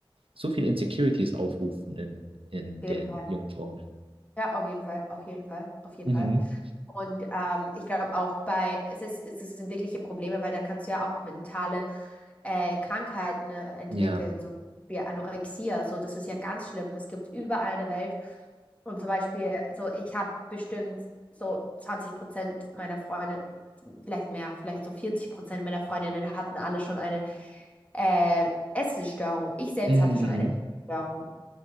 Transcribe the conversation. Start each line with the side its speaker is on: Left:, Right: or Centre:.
Right: so viele Insecurities aufrufen in, in
Left: auf jeden
Right: den
Left: Fall.
Right: jungen Frauen.
Left: Ja, auf jeden Fall, auf jeden Fall, auf jeden
Right: Mhm.
Left: Fall. Und ähm, ich glaube auch bei, es ist, es ist- sind wirkliche Probleme, weil da kannst du ja auch mentale äh, Krankheiten äh, entwickeln,
Right: Ja.
Left: so wie Anorexia. So, das ist ja ganz schlimm. Es gibt überall in der Welt. Und zum Beispiel, so ich habe bestimmt so 20 Prozent meiner Freunde, vielleicht mehr, vielleicht so 40 Prozent meiner Freundinnen hatten alle schon eine äh, Essensstörung. Ich selbst
Right: Mhm,
Left: hatte schon
Right: mhm.
Left: eine Essensstörung.